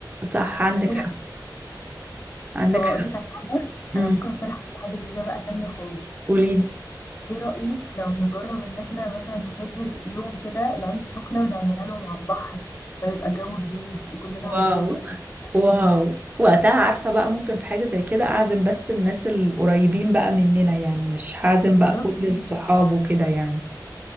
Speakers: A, on the right (about 20°); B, on the left (about 35°).
A: صح عندك
B: فكده
A: حق عندك
B: طب اقول
A: حق
B: لك على حاجة
A: <laughs> امم
B: انا ممكن اقترح حاجة جديدة بقى تانية خالص
A: قوليلي
B: ايه رأيك لو نجرب ان احنا مثلا نسافر يوم كده العين السخنة ونعملها لهم على البحر فيبقى جو جديد وكلنا
A: واو
B: هنتبسط وحياتنا
A: واو وقتها عارفة بقى ممكن في حاجة زي كده اعزم بس الناس القريبين بقى مننا يعني مش هعزم
B: بالظبط
A: بقى كل
B: كده
A: الصحاب وكده يعني